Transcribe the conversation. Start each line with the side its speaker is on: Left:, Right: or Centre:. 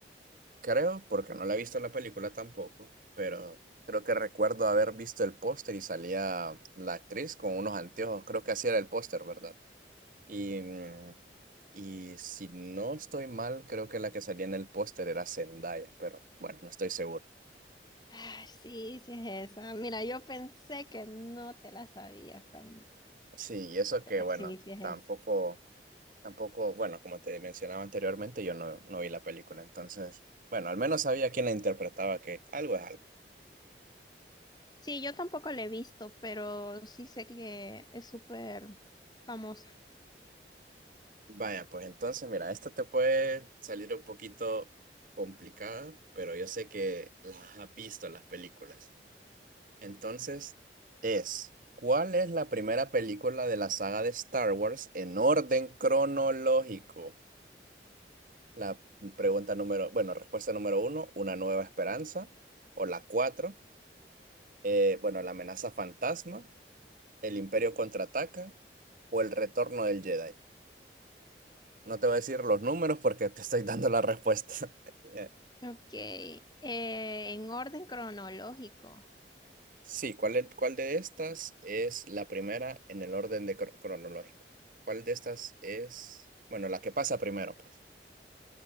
Right: Creo, porque no la he visto la película tampoco, pero creo que recuerdo haber visto el póster y salía la actriz con unos anteojos, creo que así era el póster, ¿verdad? Y, mm, y si no estoy mal, creo que la que salía en el póster era Zendaya, pero bueno, no estoy seguro.
Left: Ah, sí, sí es esa. Mira, yo pensé que no te la sabías también,
Right: Sí, y eso
Left: pero
Right: que bueno,
Left: sí, sí es
Right: tampoco,
Left: esa.
Right: tampoco, bueno, como te mencionaba anteriormente, yo no, no vi la película, entonces, bueno, al menos sabía quién la interpretaba, que algo es algo.
Left: Sí, yo tampoco la he visto, pero sí sé que es súper famosa. <sighs>
Right: Vaya, pues entonces, mira, esta te puede salir un poquito complicada, pero yo sé que las has visto en las películas. Entonces, es, ¿cuál es la primera película de la saga de Star Wars en orden cronológico? La pregunta número, bueno, respuesta número uno, Una Nueva Esperanza, o la cuatro, eh, bueno, La Amenaza Fantasma, El Imperio Contraataca, o El Retorno del Jedi. No te voy a decir los números porque te estoy dando la respuesta. <laughs>
Left: Ok, eh, en orden cronológico.
Right: Sí, ¿cuál, es- cuál de estas es la primera en el orden de cro- cronológico? ¿Cuál de estas es, bueno, la que pasa primero, pues?